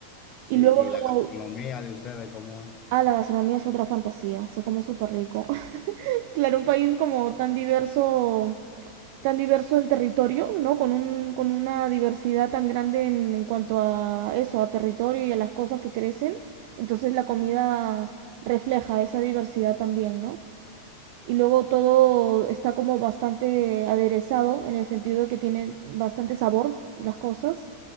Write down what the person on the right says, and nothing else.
Y
luego,
ah, la gastronomía es otra fantasía, se come súper rico. <laughs> Claro, un país como tan diverso, tan diverso en territorio, ¿no? Con un, con una diversidad tan grande en, en cuanto a eso, a territorio y a las cosas que crecen. Entonces la comida refleja esa diversidad también, ¿no? y luego todo está como bastante aderezado en el sentido de que tiene bastante sabor las cosas.